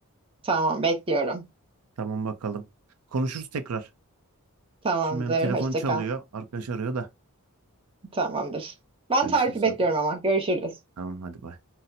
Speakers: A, on the right; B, on the right.
A: Tamam bekliyorum.
B: Tamam bakalım. Konuşuruz tekrar.
A: Tamamdır.
B: Şimdi benim telefon
A: Hoşça
B: çalıyor.
A: kal.
B: Arkadaş arıyor da.
A: Tamamdır. Ben
B: Görüşürüz
A: tarifi bekliyorum
B: hadi.
A: ama. Görüşürüz.
B: Tamam hadi bay.